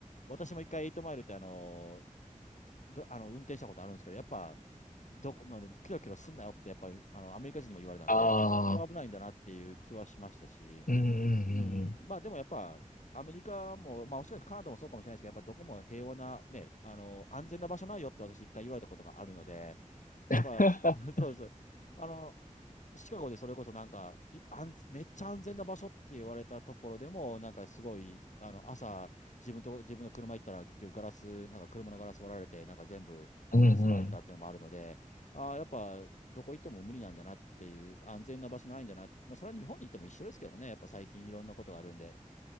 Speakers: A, on the left (about 65°); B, on the left (about 80°).
A: 私も一回エイトマイルってあの、ど、あの、運転したことあるんですけど、やっぱ、どこまで、キロキロすんなよって、やっぱり、あの、アメリカ人にも言われたんで、
B: ああ、
A: やっぱ相当危ないんだなっていう気はしましたし、
B: うんうんうんうん。
A: うん、まあでもやっぱ、アメリカも、まあもしかしてカナダもそうかもしれないですけど、やっぱどこも平和な、ね、あの、安全な場所ないよって私一回言われたことがあるので、やっぱ、
B: <laughs>
A: そ <laughs> そうです。あの、シカゴでそれこそなんか、い安全めっちゃ安全な場所って言われたところでも、なんかすごい、あの、朝、自分と、自分の車行ったら結局ガラス、なんか車のガラス割られて、なんか全部盗まれてたっていうのもあるので、
B: うんうん。
A: ああ、やっぱ、どこ行っても無理なんだなっていう、安全な場所ないんだな。まあ、それは日本に行っても一緒ですけどね、やっぱ最近いろんなことがあるんで。